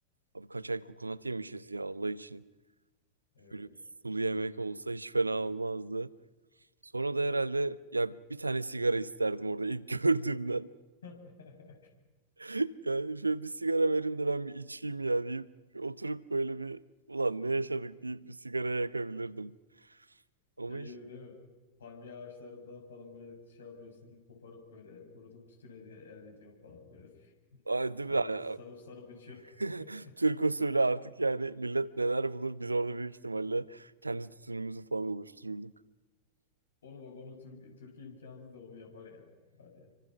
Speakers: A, on the right; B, on the left.
A: Abi kaç ay kokonat yemişiz ya Allah için.
B: Evet
A: Şöyle
B: ya.
A: bir sulu yemek olsa hiç fena olmazdı. Sonra da herhalde ya bir tane sigara isterdim orada ilk <laughs> gördüğümden.
B: <laughs>
A: <laughs> Yani şöyle bir sigara verin de ben bir içeyim ya deyip oturup böyle bir ulan ne yaşadık deyip bir sigara yakabilirdim. Ama
B: Şey
A: hiç
B: gibi değil mi? Palmiye ağaçlarından falan böyle şey yapıyorsun, koparıp böyle kurutup tütüne diye elde ediyorsun falan böyle.
A: Ay,
B: <laughs>
A: değil
B: Adada
A: mi? Yani,
B: sarıp sarıp içiyorsun.
A: <laughs>
B: <laughs>
A: Türk usulü artık yani millet neler bulur biz orada büyük ihtimalle kendi tutumumuzu falan oluştururduk.
B: Oğlum bak onu Türk, Türkiye imkansız da onu yapar ya. Hadi.